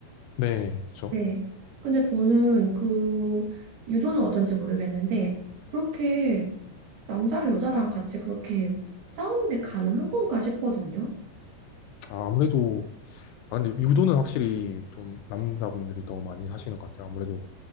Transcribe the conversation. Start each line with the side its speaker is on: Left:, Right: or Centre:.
Left: 네, 그쵸.
Right: 네. 근데 저는 그 유도는 어떤지 모르겠는데 그렇게 남자랑 여자랑 같이 그렇게 싸우는 게 가능한 건가 싶거든요.
Left: 아, 아무래도, 아, 근데 유도는 확실히 좀 남자분들이 더 많이 하시는 것 같아요. 아무래도